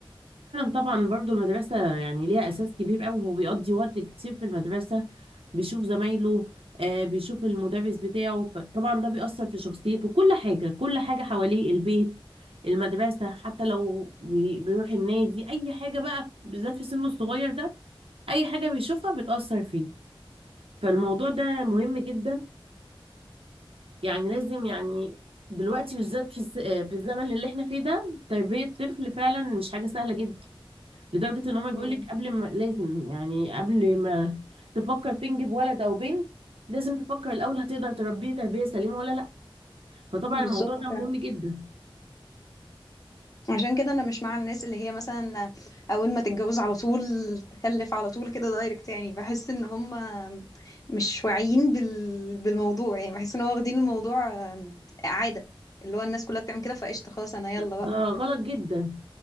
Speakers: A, on the right; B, on the left.
A: طبعا برضو المدرسة يعني ليها أساس كبير قوي هو بيقضي وقت كتير في المدرسة بيشوف زمايله آه بيشوف المدرس بتاعه فطبعا ده بيأثر في شخصيته كل حاجة كل حاجة حواليه البيت المدرسة حتى لو بي- بيروح النادي أي حاجة بقى بالذات في سنه الصغير ده أي حاجة بيشوفها بتأثر فيه فالموضوع ده مهم جدا يعني لازم يعني دلوقتي بالذات في الس- آه، في الزمن اللي احنا فيه ده تربية طفل فعلا مش حاجة سهلة جدا لدرجة ان هما بيقولك
B: مم.
A: قبل ما لازم يعني قبل ما تفكر تنجب ولد او بنت لازم تفكر الاول هتقدر تربيه تربية سليمة ولا لا فطبعا
B: بالظبط
A: الموضوع ده مهم جدا
B: عشان كده انا مش مع الناس اللي هي مثلا اول ما تتجوز على طول تخلف على طول كده دايركت يعني بحس ان هم مش واعيين بال... بالموضوع يعني بحس ان هو واخدين الموضوع آم، عادة اللي هو الناس كلها بتعمل كده فقشطة خلاص انا يلا بقى
A: ده غلط جدا